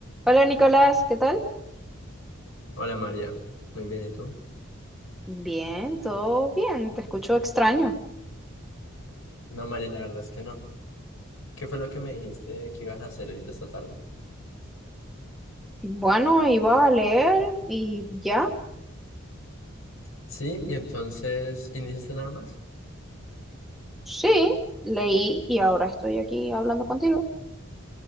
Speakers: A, in the centre; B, on the left.
A: Hola Nicolás, ¿qué tal?
B: Hola María, muy bien, ¿y tú?
A: Bien, todo bien, te escucho extraño.
B: No, María, la verdad es que no. ¿Qué fue lo que me dijiste que ibas a hacer ahorita esta tarde?
A: Bueno, iba a leer y ya.
B: Sí, y entonces, ¿y no hiciste nada más?
A: Sí, leí y ahora estoy aquí hablando contigo.